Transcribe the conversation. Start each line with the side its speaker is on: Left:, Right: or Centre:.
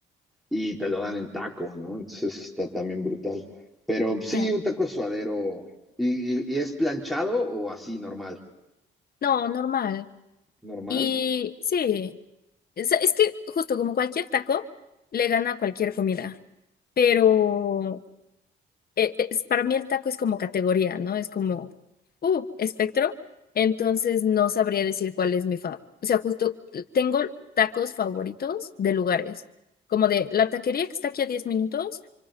Centre: y te lo dan en taco, ¿no? Entonces está también brutal. Pero sí,
Left: sí.
Centre: un taco de suadero. ¿Y, y- y es planchado o así normal?
Left: No, normal.
Centre: ¿Normal?
Left: Y sí. Es, es que justo como cualquier taco, le gana a cualquier comida, pero eh, eh, es- para mí el taco es como categoría, ¿no? Es como, uh, espectro, entonces no sabría decir cuál es mi fav. O sea, justo eh, tengo tacos favoritos de lugares, como de la taquería que está aquí a 10 minutos,